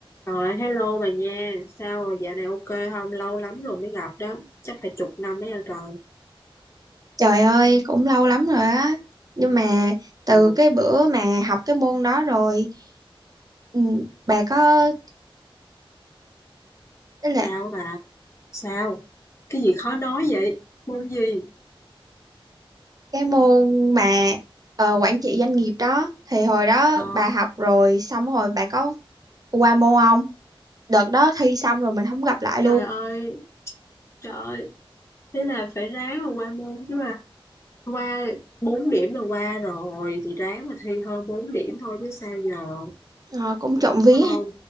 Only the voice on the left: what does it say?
Rồi, hello bà nha. Sao rồi, dạo này ok không? Lâu lắm rồi mới gặp đó. Chắc phải chục năm đấy rồi.
Ừ,
sao bà? Sao? Cái gì khó nói vậy? Môn gì?
Ờ,
trời
ơi, trời ơi. Thế là phải ráng mà qua môn chứ bà. Qua 4 điểm là qua rồi. Thì ráng mà thi hơn 4 điểm thôi chứ sao giờ. Đúng
Không,